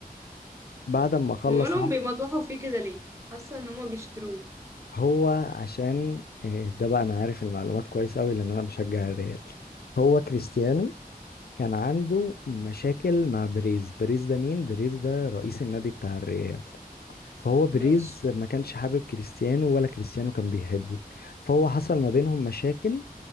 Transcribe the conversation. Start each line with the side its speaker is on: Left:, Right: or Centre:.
Left: بعد ما خلص
Right: امالهم
Left: عقد-
Right: بيمطوحوا فيه كده ليه حاسة ان هما بيشتروه
Left: هو عشان آه، ده بقى انا عارف المعلومات كويس قوي لان انا بشجع الريال هو كريستيانو كان عنده مشاكل مع بريز بريز ده مين بريز ده رئيس النادي بتاع الريال فهو بريز
Right: ماشي
Left: ما كانش حابب كريستيانو ولا كريستيانو كان بيحبه فهو حصل ما بينهم مشاكل